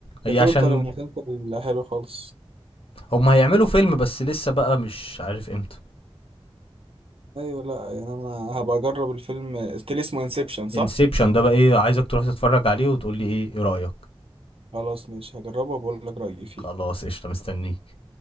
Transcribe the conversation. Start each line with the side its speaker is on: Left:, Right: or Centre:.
Left: هي
Right: كتوتال
Left: عشان
Right: المسلسل حلو خالص
Left: هم هيعملوا فيلم بس لسه بقى مش عارف امتى
Right: ايوه لا يعني انا هبقى اجرب الفيلم قلت لي اسمه انسبشن صح
Left: انسبشن ده بقى ايه عايزك تروح تتفرج عليه وتقول لي ايه ايه رايك
Right: خلاص ماشي هجربه وبقول لك رايي فيه
Left: خلاص قشطه مستنيك